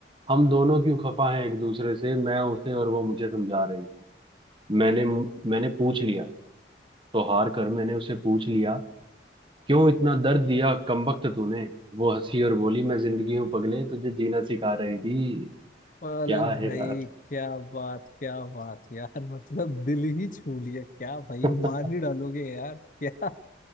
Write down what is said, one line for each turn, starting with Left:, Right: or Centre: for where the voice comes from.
Right: हम दोनों क्यों खफा हैं एक दूसरे से मैं उसे और वो मुझे समझा रही थी मैंने मैंने पूछ लिया तो हार कर मैंने उसे पूछ लिया क्यों इतना दर्द दिया कमबख्त तूने वो हंसी और बोली मैं जिंदगी हूं पगले तुझे जीना सिखा रही थी
Left: अरे
Right: क्या है
Left: भाई
Right: यार
Left: क्या बात क्या बात यार मतलब दिल ही छू लिया क्या भाई
Right: <laughs>
Left: मार ही डालोगे यार क्या